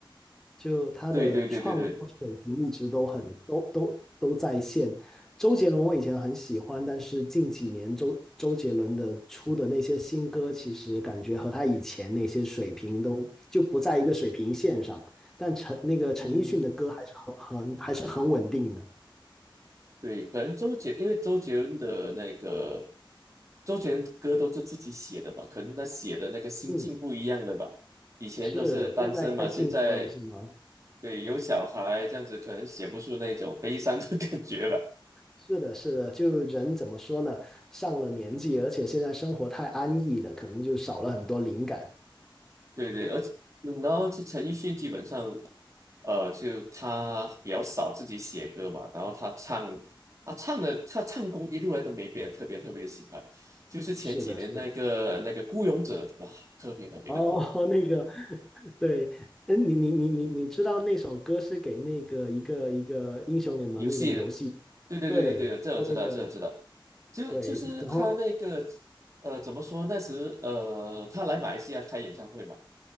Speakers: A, in the centre; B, on the right.
A: 就他的创作水平一直都很都都都在线。
B: 对对对对对，
A: 周杰伦我以前很喜欢，但是近几年周周杰伦的出的那些新歌，其实感觉和他以前那些水平都就不在一个水平线上。但陈那个陈奕迅的歌还是很很还是很稳定的。
B: 嗯。对，可能周杰，因为周杰伦的那个周杰伦的歌都是自己写的吧，可能他写的那个心境不一样的吧。
A: 嗯，
B: 以前都是单身嘛，
A: 是，现在太幸福了，
B: 现在
A: 是吗？
B: 对有小孩这样子，可能写不出那种悲伤的 <laughs> 感觉了。
A: 是的，是的，就是人怎么说呢？上了年纪，而且现在生活太安逸了，可能就少了很多灵感。
B: 对对，而且嗯然后这陈奕迅基本上，呃，就他比较少自己写歌嘛，然后他唱，他唱的他唱功一路来都没变，特别特别喜欢。就是前几年那个那个《孤勇者》，
A: 是的，是的。
B: 哇，特别特别的火，
A: 哦，<laughs> 那个，对，嗯，你你你你你知道那首歌是给那个一个一个英雄联盟那个游戏，
B: 游戏的，对对对对对，
A: 对，
B: 这我知道，
A: 做那个
B: 这我知道，就就是他那个，
A: 对，然后
B: 呃，怎么说？那时呃，他来马来西亚开演唱会嘛。